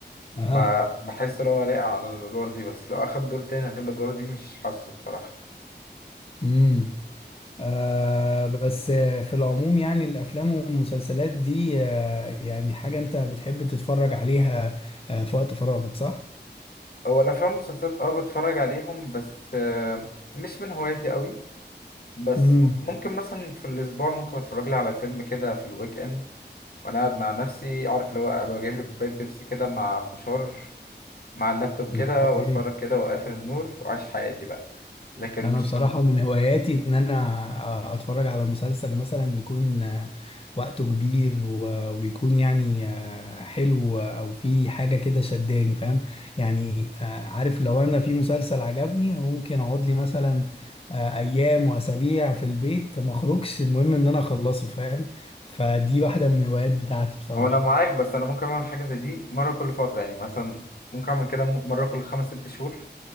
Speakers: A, on the left; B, on the left.
A: اه
B: فبحس ان هو لايق على الادوار دي بس لو اخد دور تاني غير الادوار دي مش حاسه بصراحه
A: امم آه بس في العموم يعني الافلام والمسلسلات دي آه يعني حاجه انت بتحب تتفرج عليها آه في وقت فراغك صح
B: هو الافلام والمسلسلات اه بتفرج عليهم بس آه مش من هوايتي قوي بس
A: امم
B: م- ممكن مثلا في الاسبوع ممكن اتفرج لي على فيلم كده في الويك اند وانا قاعد مع نفسي عارف اللي هو ابقى جايب لي كوبايه بيبسي كده مع فشار مع اللابتوب كده
A: اوكي
B: واتفرج كده واقفل النور وعايش حياتي بقى لكن
A: انا
B: مش
A: بصراحة
B: في...
A: من هواياتي ان انا اتفرج على مسلسل مثلا يكون آه، وقته كبير و- ويكون يعني آه، حلو او في حاجة كده شداني فاهم يعني آه، عارف لو انا في مسلسل عجبني انا ممكن اقعد لي مثلا آه، ايام واسابيع في البيت ما اخرجش المهم ان انا اخلصه فاهم فدي واحدة من الهوايات بتاعتي بصراحة
B: هو انا معاك بس انا ممكن اعمل حاجه زي دي مره كل فتره يعني مثلا ممكن اعمل كده م- مره كل خمس ست شهور